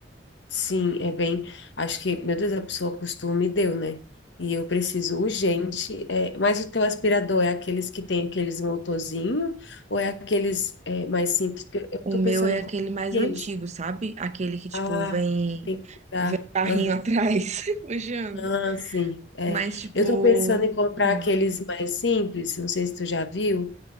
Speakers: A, on the left (about 70°); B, on the right (about 40°).
A: Sim, é bem. Acho que, meu Deus, a pessoa costume deu, né? E eu preciso urgente. é, mas o teu aspirador é aqueles que tem aqueles motorzinho ou é aqueles é, mais simples? Porque Eu
B: O
A: tô
B: meu
A: pensando
B: é
A: em comprar
B: aquele mais
A: aqueles.
B: antigo, sabe? Aquele que, tipo,
A: Ah,
B: vem,
A: que tem que dar.
B: vem um carrinho
A: Aham,
B: atrás, <laughs> puxando.
A: ah, sim. É.
B: Mas, tipo,
A: Eu tô pensando em comprar
B: hum,
A: aqueles mais simples. Não sei se tu já viu